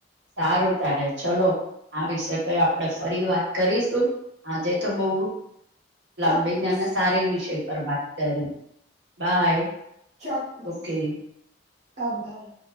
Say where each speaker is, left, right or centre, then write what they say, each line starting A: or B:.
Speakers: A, on the right (about 70°); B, on the right (about 40°).
A: સારું તારે ચલો. આ વિષય આપણેે ફરી વાત કરીશું આજે તો બઉુ લાંબી
B: ચોક્કસ
A: જને સારી વિષય પર વાત કરી, બાય.
B: ચોક્કસ
A: ઓકે
B: અભાર.